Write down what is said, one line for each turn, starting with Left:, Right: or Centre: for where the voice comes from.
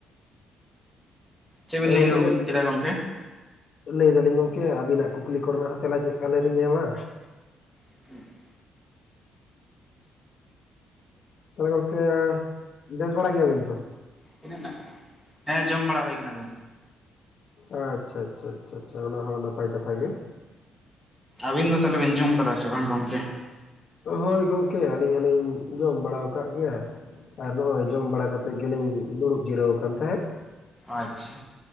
Centre: ᱪᱮᱜ ᱵᱤᱱ
Left: ᱛᱟᱦᱚᱞᱮ
Centre: ᱞᱟᱹᱭ
Left: ᱜᱚᱝᱠᱮ
Centre: ᱜᱚ
Left: ᱵᱮ
Centre: ᱠᱮᱫᱟ ᱜᱚᱢᱠᱮ᱾
Left: ᱞᱟᱹᱭ ᱫᱟᱞᱤᱧ ᱜᱚᱝᱠᱮ ᱟᱵᱤᱱᱟᱜ ᱠᱩᱠᱞᱤ ᱠᱚᱨᱮᱱᱟᱜ ᱦᱚᱸ ᱛᱮᱞᱟ ᱪᱮᱜ ᱠᱟ ᱞᱮᱨᱤᱧ ᱮᱢᱟ?
Centre: <inaudible>
Left: ᱛᱚ ᱜᱚᱝᱠᱮ ᱵᱮᱥ ᱵᱟᱲᱟ ᱜᱮᱭᱟᱵᱤᱱ ᱛᱚ᱾
Centre: ᱛᱤᱱᱟᱹᱜ ᱦᱮᱱᱟᱜ ᱛᱟᱢᱟ ᱦᱮᱸ ᱡᱚᱢ ᱵᱟᱲᱟ ᱦᱳᱭ ᱠᱟᱱᱟ ᱜᱚᱢᱠᱮ᱾
Left: ᱟᱪ-ᱪᱷᱟ ᱪᱷᱟ ᱪᱷᱟ ᱪᱷᱟ ᱟᱪᱷᱟ ᱚᱱᱟ ᱦᱚᱸ ᱱᱟᱯᱟᱭ ᱠᱟᱛᱷᱟ ᱜᱮ᱾
Centre: ᱟᱵᱤᱱ ᱫᱚ ᱛᱟᱦᱞᱮ ᱵᱤᱱ ᱡᱚᱢ ᱠᱟᱫᱟ ᱥᱮ ᱵᱟᱝ ᱜᱚᱢᱠᱮ?
Left: ᱦᱳᱭ ᱜᱚᱝᱠᱮ ᱟᱹᱞᱤᱧ ᱦᱚᱞᱤᱧ ᱡᱚᱢ ᱵᱟᱲᱟᱣ ᱠᱟᱜ ᱜᱮᱭᱟ᱾ ᱟᱨ ᱱᱚᱜ ᱚᱭ ᱡᱚᱢ ᱵᱟᱲᱟ ᱠᱟᱛᱮᱜ ᱜᱮᱞᱤᱧ ᱫᱩᱲᱩᱵ ᱡᱤᱨᱟᱹᱣ ᱠᱟᱱ ᱛᱟᱸᱦᱮᱜ᱾
Centre: ᱟᱪᱪᱷᱟ᱾